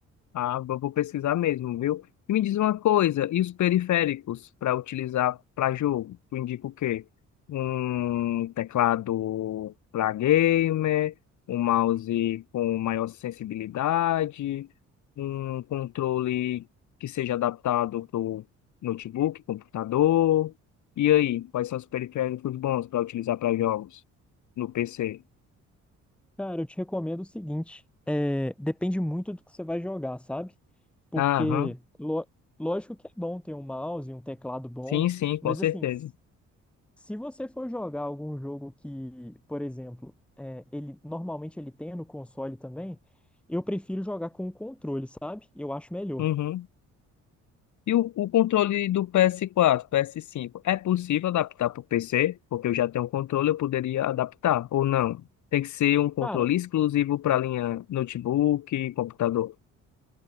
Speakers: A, on the left; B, in the centre.
A: Ah, eu vou pesquisar mesmo, viu? E me diz uma coisa, e os periféricos para utilizar para jogo? Tu indica o quê? Um teclado para gamer, um mouse com maior sensibilidade, um controle que seja adaptado para o notebook, computador. E aí, quais são os periféricos bons para utilizar para jogos no PC?
B: Cara, eu te recomendo o seguinte, é, depende muito do que você vai jogar, sabe? Porque,
A: Aham,
B: lo- lógico que é bom ter um mouse e um teclado bom,
A: sim, sim,
B: mas
A: com certeza.
B: assim, s- se você for jogar algum jogo que, por exemplo, é, ele normalmente ele tem no console também, eu prefiro jogar com o controle, sabe? Eu acho melhor.
A: Uhum. E o, o controle do PS4, PS5, é possível adaptar para o PC? Porque eu já tenho um controle, eu poderia adaptar, ou não? Tem que ser um controle
B: Cara,
A: exclusivo para a linha notebook, computador.